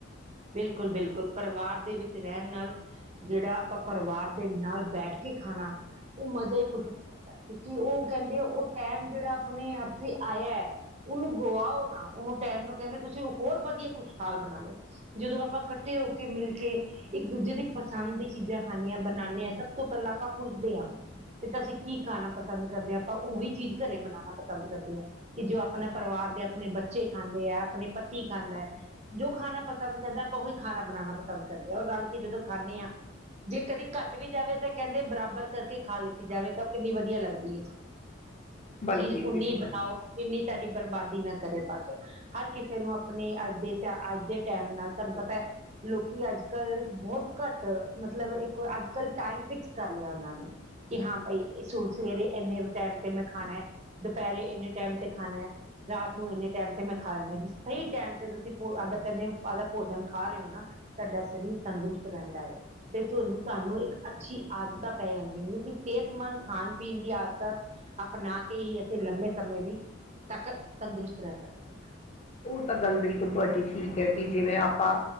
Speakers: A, on the right (about 35°); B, on the left (about 35°).
A: ਬਿਲਕੁਲ ਬਿਲਕੁਲ ਪਰਿਵਾਰ ਦੇ ਵਿੱਚ ਰਹਿਣ ਨਾਲ ਜਿਹੜਾ ਆਪਾਂ ਪਰਿਵਾਰ ਦੇ ਨਾਲ ਬੈਠ ਕੇ ਖਾਣਾ ਉਹ ਮਜ਼ਾ ਹੀ ਕੁੱਛ ਹੋਰ ਕਿਉਂਕਿ ਉਹ ਕਹਿੰਦੇ ਉਹ ਟਾਈਮ ਜਿਹੜਾ ਆਪਣੇ ਹੱਥੇ ਆਇਆ ਉਹਨੂੰ ਗੁਆਓ ਨਾ ਉਹਨੂੰ ਟੈਮ ਨੂੰ ਕਹਿੰਦੇ ਤੁਸੀਂ ਉਹ ਹੋਰ ਵਧੀਆ ਖੁਸ਼ਹਾਲ ਬਣਾ ਲਓ। ਜਦੋਂ ਆਪਾਂ ਇਕੱਠੇ ਹੋ ਕੇ ਮਿਲ ਕੇ ਇੱਕ ਦੂਜੇ ਦੀ ਮ ਪਸੰਦ ਦੀ ਚੀਜ਼ਾਂ ਖਾਂਦੇ ਹਾਂ ਬਣਾਉਂਦੇ ਹਾਂ ਸਭ ਤੋਂ ਪਹਿਲਾਂ ਆਪਾਂ ਪੁੱਛਦੇ ਹਾਂ ਤੇ ਤੁਸੀਂ ਕੀ ਖਾਣਾ ਪ ਪਸੰਦ ਕਰਦੇ ਹਾਂ ਉਹੀ ਚੀਜ਼ ਘਰੇ ਬਣਾਉਣਾ ਪਸੰਦ ਕਰਦੇ ਹਾਂ। ਕਿ ਜੋ ਆਪਣੇ ਪਰਿਵਾਰ ਦੇ ਆਪਣੇ ਬੱਚੇ ਖਾਂਦੇ ਹੈ ਆਪਣੇ ਪਤੀ ਖਾਂਦਾ ਹੈ ਜੋ ਖਾਣਾ ਪ ਪਸੰਦ ਕਰਦਾ ਆਪਾਂ ਉਹੀ ਖਾਣਾ ਬਣਾਉਣਾ ਪਸੰਦ ਕਰਦੇ ਹਾਂ ਰ ਰਲ ਕੇ ਖਾਣੇ ਆ। ਜੇ ਕਦੇ ਘੱਟ ਵੀ ਜਾਵੇ ਤਾਂ ਕਹਿੰਦੇ ਬਰਾਬਰ ਕਰਕੇ ਖਾ ਲਿੱਤੀ ਜਾਵੇ ਤਾਂ ਉਹ ਕਿੰਨੀ ਵਧੀਆ ਲੱਗਦੀ ਐ।
B: ਬਲਕਿ
A: ਚੀਜ਼ ਓਨੀ
B: ਬਿਲਕੁਲ
A: ਬਣਾਓ ਜਿਨੀ ਤੁਹਾਡੀ ਬਰਬਾਦੀ ਨਾ ਕਰੇ ਪਾਚੋ ਹਰ ਕਿਸੇ ਨੂੰ ਆਪਣੇ ਅੱਜ ਦੇ ਅੱਜ ਦੇ ਟਾਈਮ ਨਾਲ ਤੁਹਾਨੂੰ ਪਤਾ ਲੋਕੀ ਅੱਜ ਕੱਲ੍ਹ ਬਹੁਤ ਘੱਟ ਮਤਲਬ ਇੱਕ ਅੱਜ ਕੱਲ੍ਹ ਟਾਈਮ ਫਿਕਸ ਕਰ ਲਿਆ ਉਹਨਾਂ ਨੇ ਕਿ ਹਾਂ ਭਾਈ ਸੂ ਸਵੇਰੇ ਇੰਨੇ ਟਾਈਮ ਤੇ ਮੈਂ ਖਾਣਾ ਹੈ ਦੁਪਹਿਰੇ ਇੰਨੇ ਟਾਈਮ ਤੇ ਖਾਣਾ ਹੈ। ਰਾਤ ਨੂੰ ਇੰਨੇ ਟਾਈਮ ਤੇ ਮੈਂ ਖਾ ਲੈਂਦਾ ਜ ਸਹੀ ਟਾਈਮ ਤੇ ਤੁਸੀਂ ਫੂਡ ਆਡਰ ਕਰ ਆਪਦਾ ਭੋਜਨ ਖਾ ਰਹੇ ਹੋ ਨਾ ਤੁਹਾਡਾ ਸਰੀਰ ਤੰਦਰੁਸਤ ਰਹਿੰਦਾ ਹੈ ਤੇ ਤੁਹਾਨੂੰ ਤੁਹਾਨੂੰ ਇੱਕ ਅੱਛੀ ਆਦਤਾਂ ਪੈ ਜਾਂਦੀਆਂ ਨੇ ਕਿਉਂਕਿ ਸਿਹਤਮੰਦ ਖਾਣ ਪੀਣ ਦੀ ਆਦਤਾਂ ਅਪਣਾ ਕੇ ਹੀ ਅਸੀਂ ਲੰਮੇ ਸਮੇਂ ਦੀ ਤੱਕ ਤੰਦਰੁਸਤ ਰਹਿ ਸਕਦੇ ਹਾਂ।
B: ਉਹ ਤਾਂ ਗਲ ਬਡੀ ਠੀਕ ਐ ਕਿ ਜਿਵੇਂ ਆਪਾਂ,